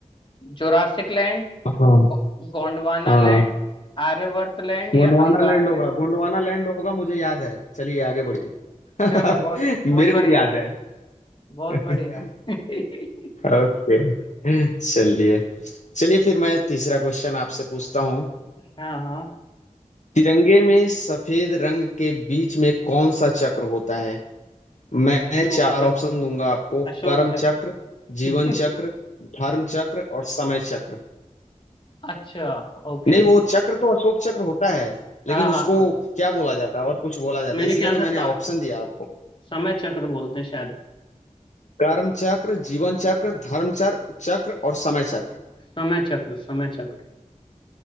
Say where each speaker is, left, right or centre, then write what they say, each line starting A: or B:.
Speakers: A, on the left (about 35°); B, on the left (about 65°).
A: जोरासिक लैंड,
B: हाँ
A: गो- गोंडवाना
B: हाँ
A: लैंड आर्यवर्त लैंड
B: गोंडवाना
A: या अंगार
B: लैंड होगा
A: लैंड
B: गोंडवाना लैंड होगा मुझे याद है चलिए आगे बढ़िए <laughs>
A: चलो बहुत
B: मेरे
A: बहुत
B: को
A: बढ़िया
B: भी याद है
A: बहुत
B: <laughs>
A: बढ़िया <laughs>
B: ओके चलिए चलिए फिर मैं तीसरा क्वेश्चन आपसे पूछता हूँ
A: हाँ हाँ
B: तिरंगे में सफेद रंग के बीच में कौन सा चक्र होता है मैं
A: अशोक
B: चार
A: चक
B: ऑप्शन दूंगा आपको
A: अशोक
B: कर्म
A: चक
B: चक्र जीवन
A: <laughs>
B: चक्र धर्म चक्र और समय चक्र
A: अच्छा ओके
B: नहीं वो चक्र तो अशोक चक्र होता है लेकिन
A: हाँ हाँ
B: उसको
A: हाँ
B: क्या बोला जाता है और कुछ बोला जाता
A: मेरे
B: है इसीलिए
A: ख्याल
B: तो मैंने
A: से स-
B: ऑप्शन दिया
A: समय चक्र बोलते हैं शायद
B: कर्म चक्र जीवन चक्र धर्म चक्र चक्र और समय चक्र
A: समय चक्र समय चक्र